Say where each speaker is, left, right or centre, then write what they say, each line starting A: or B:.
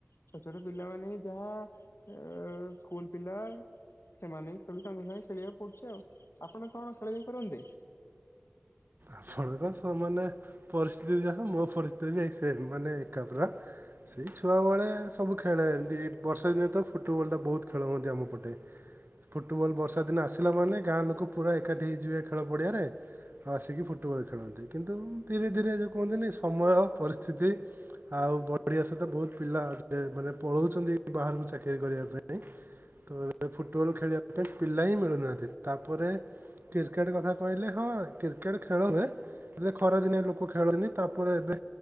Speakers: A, on the left; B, on the right.
A: ଛୋଟ ଛୋଟ ପିଲାମାନେ ହିଁ ଯାହା ଏ, ସ୍କୁଲ୍ ପିଲା ସେମାନେ ହିଁ ଖେଳୁ ତାଙ୍କ ସାଙ୍ଗେ ଖେଳିବାକୁ ପଡୁଚି ଆଉ। ଆପଣ କଣ ଖେଳା ଖେଳି କରନ୍ତି?
B: ଆପଣଙ୍କ ସମାନେ ପରିସ୍ଥିତି ଯାହା ମୋ ପରିସ୍ଥିତି ଏ ସେମ୍ ମାନେ ଏକା ପୁରା ସେଇ ଛୁଆବେେଳେ ସବୁ ଖେଳେ। ଏମିତି ବର୍ଷାଦିନେ ତ ଫୁଟବଲ୍ ବହୁତ ଖେଳ ହୁଅନ୍ତି। ଆମ ପଟେ ଫୁଟବଲ୍ ବର୍ଷା ଦିନେ ଆସିଲା ମାନେ ଗାଁ ଲୋକ ପୁରା ଏକାଠି ହେଇଯିବେ ଖେଳ ପଡ଼ିଆରେ। ଆଉ ଆସିକି ଫୁଟ ଫୁଟବଲ୍ ଖେଳନ୍ତି। କିନ୍ତୁ ଧୀରେ ଧୀରେ ଯେ କୁହନ୍ତିନି ସମୟ ପରିସ୍ଥିତି ଆଉ ବଢ଼ିଆ ସହିତ ବହୁତ ପିଲା ଦେ ମାନେ ପଢ଼ଉଛନ୍ତି ବାହାରକୁ ଚାକିରି କରିବା ପାଇଁ। ତ ଏ ଫୁଟବଲ୍ ଖେଳିବା ପାଇଁ ପିଲା ହିଁ ମିଳୁନାହାନ୍ତି। ତା ପରେ କ୍ରିକେଟ୍ କଥା କହିଲେ ହଁ କ୍ରିକେଟ୍ ଖେ ଖେଳ ହୁଏ। ହେଲେ ଖରାଦିନିଆ ଲୋକ ଖେଳୁନି ତାପରେ ଏବେ